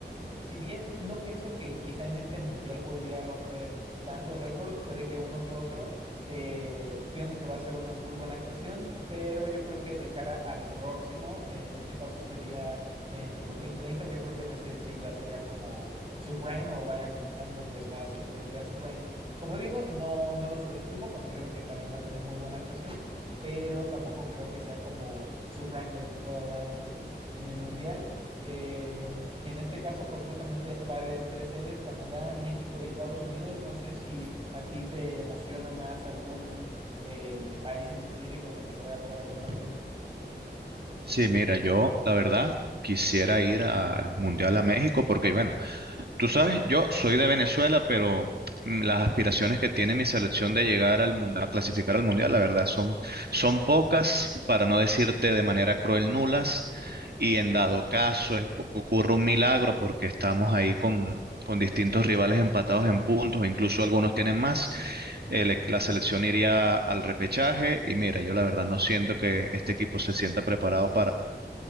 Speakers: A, on the right; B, on the right.
A: si bien no pienso que quizá en este mundial podría romper tantos récords, puede que uno que otro. Eh, pienso que va a ser una muy buena actuación, pero yo creo que de cara al próximo, eh, en este caso sería en 2030, yo creo que en ese sí ya sería como su prime o vaya comenzando pues más lo que sería su prime. Como digo, no, no lo subestimo, considero que también va a tener muy buena actuación, pero tampoco creo que sea como su prime de lo que pueda dar en, en el mundial. Eh, en este caso, pues justamente va a haber tres sedes, Canadá, México y Estados Unidos. No sé si a ti te emociona más algún eh, país en específico en el que se vaya a jugar algún partido.
B: Sí, mira, yo la verdad quisiera ir al Mundial a México porque, bueno, Tú sabes, yo soy de Venezuela, pero mm, las aspiraciones que tiene mi selección de llegar al mundial, a clasificar al mundial, la verdad, son, son pocas, para no decirte de manera cruel nulas, y en dado caso es- ocurre un milagro porque estamos ahí con, con distintos rivales empatados en puntos, incluso algunos tienen más, el e- la selección iría al repechaje, y mira, yo la verdad no siento que este equipo se sienta preparado